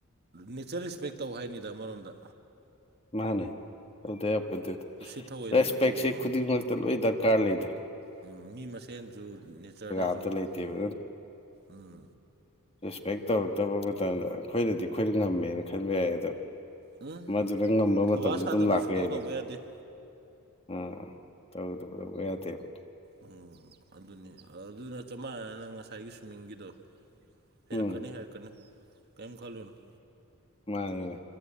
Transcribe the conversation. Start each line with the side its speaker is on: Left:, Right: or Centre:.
Right: ꯅꯦꯆꯔ ꯔꯦꯁꯄꯦꯛ ꯇꯧ ꯍꯥꯏꯅꯤꯗ ꯑꯃꯔꯣꯝꯗ
Left: ꯃꯥꯅꯦ ꯇꯧꯗ ꯌꯥꯄꯗꯨ
Right: ꯎꯁꯤꯠ ꯊꯑꯣꯏꯗꯕ
Left: ꯔꯦꯁꯄꯦꯛꯁꯦ
Right: ꯇꯧꯒꯅꯣꯅ
Left: ꯈꯨꯗꯤꯡꯃꯛꯇ ꯂꯣꯏ ꯗꯔꯀꯥꯔ ꯂꯩꯗꯦ
Right: ꯎꯝ ꯃꯤ ꯃꯁꯦꯟꯁꯨ ꯅꯦꯆꯔꯗꯁꯨ
Left: ꯑꯝꯇ ꯂꯩꯇꯦꯕ
Right: ꯎꯝ ꯎꯝ
Left: ꯔꯦꯁꯄꯦꯛ ꯇꯧꯔꯛꯇꯕ ꯃꯇꯝꯗ ꯑꯩꯈꯣꯏꯅꯗꯤ ꯑꯩꯈꯣꯏꯗ ꯉꯝꯃꯦꯅ ꯈꯟꯕ ꯌꯥꯏ ꯑꯗꯣ
Right: ꯎꯝ
Left: ꯑꯗꯨꯅ ꯉꯝꯕ
Right: ꯊꯧꯋꯥ
Left: ꯃꯇꯝꯁꯨ
Right: ꯁꯥꯗꯕꯤ
Left: ꯑꯗꯨꯝ ꯂꯥꯛꯄ
Right: ꯁꯨꯇꯧ
Left: ꯌꯥꯏꯅꯦ
Right: ꯇꯧꯕ ꯌꯥꯗꯦ
Left: ꯎꯝ ꯇꯧꯗꯕꯗꯧꯕ ꯌꯥꯗꯦꯕ
Right: ꯑꯣ ꯑꯗꯨꯅꯤ ꯑꯗꯨꯅ ꯆꯞ ꯃꯥꯟꯅꯅ ꯉꯁꯥꯏꯒꯤ ꯁ꯭ꯋꯤꯝꯃꯤꯡꯒꯤꯗꯣ ꯍꯥꯏꯩꯔꯛꯀꯅꯤ
Left: ꯎꯝ
Right: ꯍꯥꯏꯔꯛꯀꯅꯤ ꯀꯔꯤꯝ ꯈꯜꯂꯨꯅꯣ
Left: ꯃꯥꯅꯦꯅꯦ